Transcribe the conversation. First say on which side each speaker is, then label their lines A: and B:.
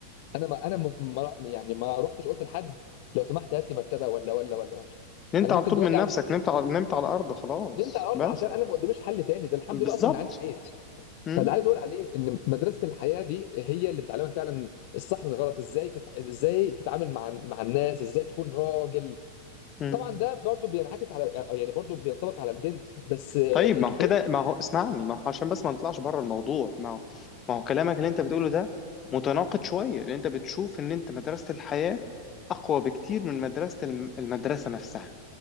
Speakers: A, on the left; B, on the left.
A: انا ما انا م- ما يعني ما رحتش قلت لحد لو سمحت هات لي مرتبه ولا ولا ولا ولا
B: نمت
A: انا
B: على
A: ممكن
B: طول
A: دلوقتي
B: من نفسك
A: اعمل
B: نمت على نمت على الارض خلاص
A: نمت على الارض
B: بس
A: عشان انا ما قداميش حل تاني ده الحمد
B: بالظبط
A: لله اصلا ان عندي ميز
B: مم.
A: فاللي عايز اقول عليه ان مدرسه الحياه دي هي اللي بتعلمك فعلا الصح من الغلط ازاي تت... ازاي تتعامل مع مع الناس ازاي تكون راجل
B: مم.
A: طبعا ده برضو بينعكس على يعني برضو بينطبق على البنت بس آه،
B: طيب ما
A: البنت
B: هو كده ما هو اسمعني ما هو عشان بس ما نطلعش بره الموضوع ما هو ما هو كلامك اللي انت بتقوله ده متناقض شويه لان انت بتشوف ان انت مدرسه الحياه اقوى بكتير من مدرسه الم- المدرسه نفسها